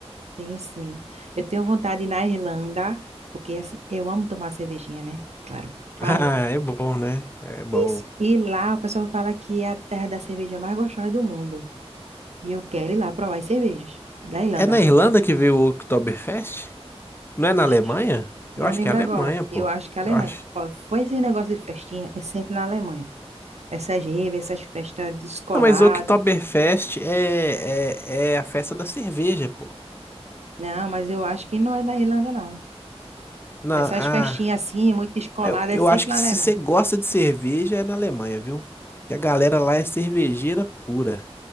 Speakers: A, on the right; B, on the left.
A: tenho sim. Eu tenho vontade de ir na Irlanda, porque assim, eu amo tomar cervejinha, né? Claro,
B: <laughs>
A: clarinha.
B: Ah, é bom, né? É bom.
A: Isso. E lá o pessoal fala que é a terra da cerveja mais gostosa do mundo. E eu quero ir lá provar as cervejas da Irlanda.
B: É na Irlanda que veio o Oktoberfest? Não é na
A: Ixi,
B: Alemanha? Eu
A: Não
B: acho
A: lembro
B: que é Alemanha,
A: agora.
B: pô.
A: Eu acho que a
B: Eu
A: Alemanha.
B: acho.
A: Ó, foi esse negócio de festinha, é sempre na Alemanha. Essas raves, essas festas descoladas.
B: Não, mas o Oktoberfest é, é, é a festa da cerveja, pô.
A: Não, mas eu acho que não é na Irlanda, não.
B: Na,
A: Essas
B: ah,
A: festinhas assim, muito descoladas,
B: Eu, eu
A: é sempre
B: acho que
A: na
B: se
A: Alemanha.
B: você gosta de cerveja é na Alemanha, viu? Que a galera lá é cervejeira pura.